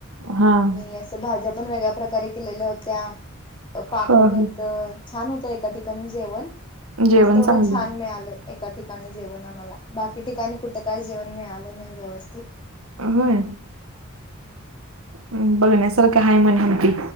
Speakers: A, on the right; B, on the left.
A: हा
B: हे असं भाज्या पण वेगळ्या प्रकारे केलेल्या होत्या, अ पापड
A: हा
B: होत
A: हा
B: छान होतं एका ठिकाणी जेवण, तिथं
A: जेवण
B: तेवढं
A: चांगले
B: छान मिळालय एका ठिकाणी जेवण आम्हाला, बाकी ठिकाणी कुठं काही जेवण मिळालं नाही व्यवस्थित.
A: होय, अ बघण्यासारखं आहे म्हण हंपी.